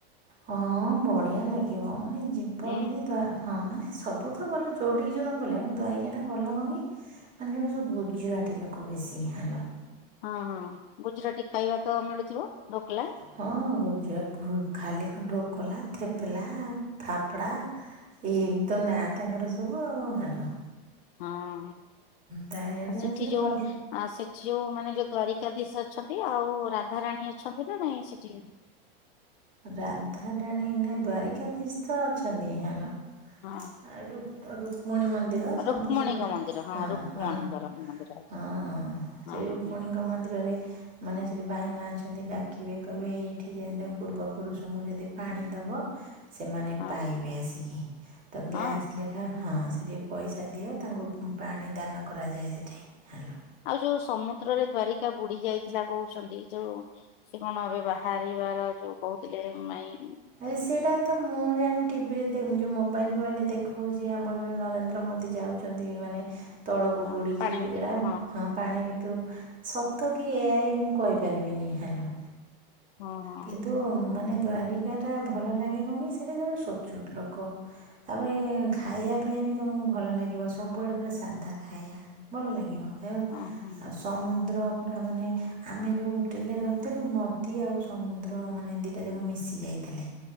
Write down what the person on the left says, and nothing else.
ହୁଁ
ହଁ ହଁ ଗୁଜୁରାଟି ଖାଇବା ତ ମିଳୁଥିବ ଢୋକଲା।
ହଁ
ସେଠି ଯଉ
ଆ ସେଠି ଯୋଉ ମାନେ ଯୋଉ ଦ୍ଵାରିକାଧୀଶ ଅଛନ୍ତି ଆଉ ରାଧାରାଣୀ ଅଛନ୍ତି ନା ନାଇଁ ସେଠି।
ହଁ
ରୁକ୍ମଣୀଙ୍କ
ମନ୍ଦିର
ରୁକ୍ମଣୀଙ୍କର
ମନ୍ଦିର ଅଛି
ହଁ
ହଁ
ହଁ
ହଁ।
ଆଉ ଯୋଉ ସମୁଦ୍ରରେ ଦ୍ଵାରିକା ବୁଡି ଯାଇଥିଲା କହୁଛନ୍ତି ଯୋଉ ସେ କଣ ଏବେ ବାହାରିବାର ଯୋଉ କହୁଥିଲେ ମାଇ
ହଁ
ପାଣି ଭିତରକୁ
ହଁ ହଁ
ହଁ ହଁ